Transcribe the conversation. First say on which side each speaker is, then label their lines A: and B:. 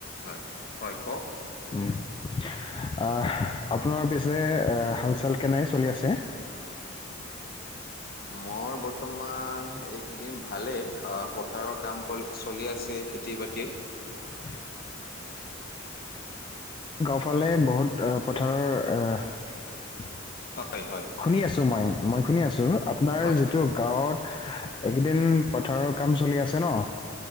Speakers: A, on the left; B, on the left.
A: হয়, হ'য় কওক।
B: <unintelligible> আপোনাৰ পিছে হাল-চাল কেনাই চলি আছে?
A: মোৰ বৰ্তমান এইকেইদিন ভালেই। অঁ, পথাৰৰ কাম-কাজ চলি আছে। খেতি-বাতিৰ
B: <inaudible> গাওঁ ফালে বহুত পথাৰৰ,
A: হয়, হয়,
B: শুনি আছো মই। মই শুনি আছো, আপোনাৰ
A: হয়,
B: যিটো
A: হয়।
B: গাঁৱত এইকেইদিন পথাৰৰ কাম চলি আছে ন'।